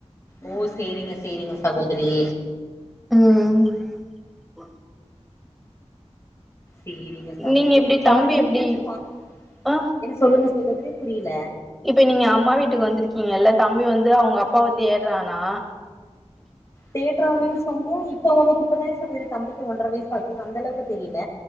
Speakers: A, on the left (about 25°); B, in the centre.
A: ஓ செரிங்க செரிங்க சகோதரி
B: ம் ம்
A: சேரிங்க சகோரி
B: நீங்க எப்டி
A: உங்க கொழந்தய
B: தம்பி எப்டி
A: எங்கேயாச்சு பாத்
B: ஆ
A: என்ன சொல்லுங்க சகோதரி புரியல
B: இப்ப நீங்க அம்மா வீட்டுக்கு வந்திருக்கீங்கல்ல தம்பி வந்து அவுங்க அப்பாவ தேட்றானா
A: தேடுறான் மீஸ் வந்து இப்ப அவுனுக்கு இப்பதா சகோதரி தம்பிக்கு ஒன்றர வயசு ஆகுது அந்த அளவுக்கு தெரில